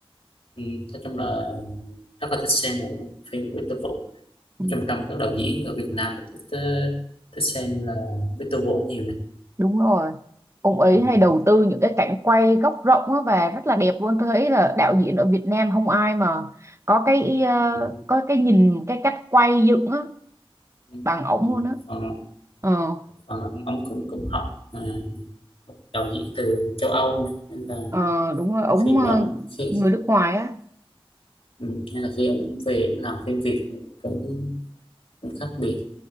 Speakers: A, on the left; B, on the right.
A: ừ. nói chung là rất là thích xem bộ phim của Victor Vũ
B: ừ
A: trong trong các đạo diễn ở Việt Nam mình thích ờ, thích xem là Victor Vũ nhiều này
B: đúng rồi ông ấy
A: ừ,
B: hay đầu tư những cái cảnh quay góc rộng á và rất là đẹp luôn tôi thấy là đạo diễn ở Việt Nam không ai mà có cái ờ,
A: ừ,
B: có cái nhìn cái cách quay dựng á
A: ừ.
B: bằng ổng
A: một
B: luôn á
A: phần
B: ờ
A: một phần là ông, ông cũng cũng học ờ, học đạo diễn từ châu Âu này. Nên là
B: ờ, đúng rồi ổng
A: khi
B: ờ,
A: mà khi
B: người nước ngoài á
A: ừ, nên là khi ông về ông làm phim Việt thì cũng, cũng khác biệt